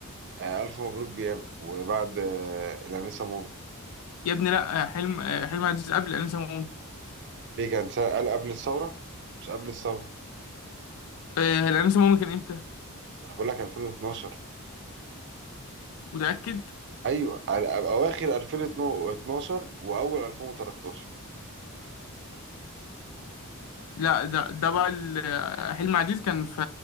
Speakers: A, on the right; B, on the left.
A: آه، الف مبروك بياما وبعد آه، الانسه مامي
B: يا ابني لا آه، حلم آه، حلم عزيز قبل انسة
A: ليه كان سنة قال قبل الثوره مش قبل الثوره
B: آه، الانسة ماما كان امتى
A: أنا بقول لك 2012
B: متأكد
A: ايوه على- اواخر 2012 واول 2013
B: لا ده ده بقى ال- حلم عزيز كان في